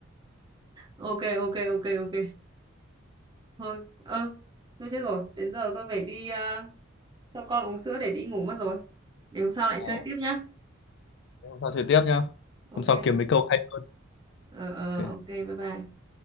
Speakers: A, on the right; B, on the left.
A: ok ok ok ok thôi ơ tôi chết rồi đến giờ tôi phải đi à, cho con uống sữa để đi ngủ mất rồi để hôm sau lại
B: Ờ,
A: chơi tiếp nhá
B: thế hôm sau chơi tiếp nhá
A: ok
B: hôm sau kiếm mấy câu hay hơn
A: ờ ờ
B: Ok.
A: ok bye bye